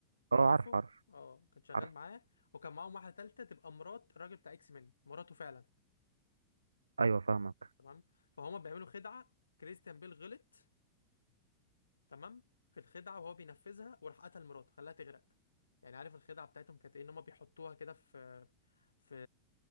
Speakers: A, on the right; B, on the left.
A: اه
B: عارفه
A: عارف عارف
B: اه كان شغال
A: عارف
B: معاه وكان معاهم واحده ثالثه تبقى مرات الراجل بتاع اكس مان مراته فعلا
A: ايوه فاهمك
B: تمام فهما بيعملوا خدعه كريستيان بيل غلط تمام في الخدعه وهو بينفذها وراح قتل مراته خلاها تغرق يعني عارف الخدعه بتاعتهم كانت ايه ان هما بيحطوها كده في في